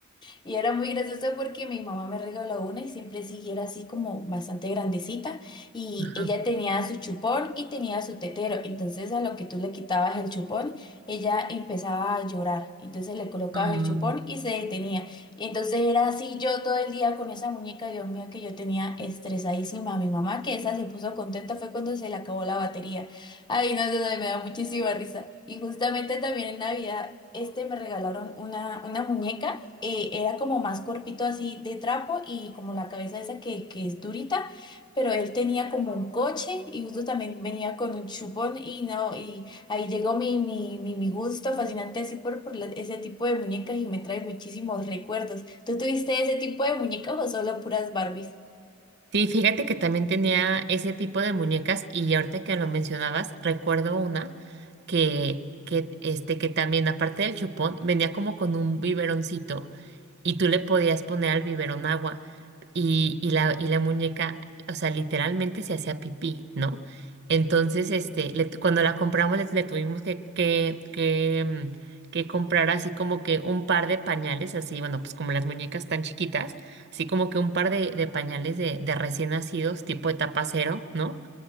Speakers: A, on the left; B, on the right.
A: Y era muy gracioso porque mi mamá me regaló una y siempre sí era así como bastante grandecita y
B: Ajá.
A: ella tenía su chupón y tenía su tetero. Entonces a lo que tú le quitabas el chupón, ella empezaba a llorar. Entonces le colocabas
B: Ah,
A: el chupón y se detenía. Entonces era así yo todo el día con esa muñeca, Dios mío, que yo tenía estresadísima a mi mamá, que esa se puso contenta fue cuando se le acabó la batería. Ay, no, eso me da muchísima risa. Y justamente también en Navidad, este me regalaron una, una muñeca eh, era como más corpito así de trapo y como la cabeza esa que, que es durita, pero él tenía como un coche y justo también venía con un chupón y no, y ahí llegó mi, mi, mi, mi gusto fascinante así por, por la- ese tipo de muñecas y me trae muchísimos recuerdos. ¿Tú tuviste ese tipo de muñecas o solo puras Barbies?
B: Sí, fíjate que también tenía ese tipo de muñecas y ahorita que lo mencionabas, recuerdo una que, que, este, que también aparte del chupón venía como con un biberoncito y tú le podías poner al biberón agua y, y la, y la muñeca, o sea, literalmente se hacía pipí, ¿no? Entonces, este, le tu- cuando la compramos le, le tuvimos que, que, que, mm, que comprar así como que un par de pañales, así, bueno, pues como las muñecas tan chiquitas así como que un par de, de pañales de, de recién nacidos, tipo etapa cero, ¿no?